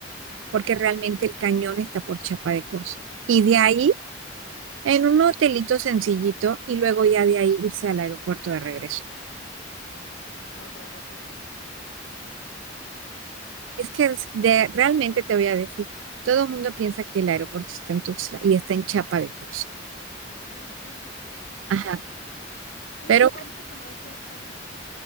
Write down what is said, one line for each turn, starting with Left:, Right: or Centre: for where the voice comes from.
Right: porque realmente
Left: es-
Right: el cañón está por Chapa de Corzo. Y de
Left: mm,
Right: ahí, en un hotelito sencillito, y luego ya de ahí irse al aeropuerto de regreso.
Left: Ok. Ah, otra vez a Tuxtla.
Right: Es que es de- realmente te voy a decir, todo el mundo piensa que el aeropuerto está en Tuxtla y está en Chapa de Corzo.
Left: Ah, ¿en serio? Mm.
Right: Ajá,
Left: Oye,
Right: pero
Left: pero el pueblito
Right: bueno,
Left: que me decías, ¿cuál es?